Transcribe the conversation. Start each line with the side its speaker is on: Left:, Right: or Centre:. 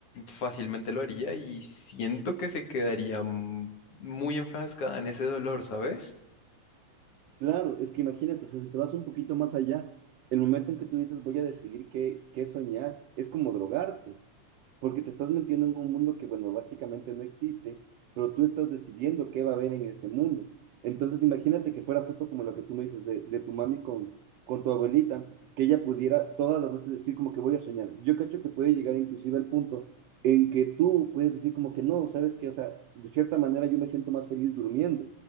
Left: fácilmente lo haría y siento que se quedaría mm, muy enfrascada en ese dolor, ¿sabes?
Right: Claro, es que imagínate, o sea, si te vas un poquito más allá, el momento en que tú dices voy a decidir qué, qué soñar, es como drogarte porque te estás metiendo en un mundo que, bueno, básicamente no existe, pero tú estás decidiendo qué va a haber en ese mundo. Entonces, imagínate que fuera justo como lo que tú me dices de, de tu mami con, con tu abuelita, que ella pudiera todas las noches decir como que voy a soñar. Yo cacho que puede llegar inclusive al punto en que tú puedes decir como que no, sabes que, o sea, de cierta manera yo me siento más feliz durmiendo,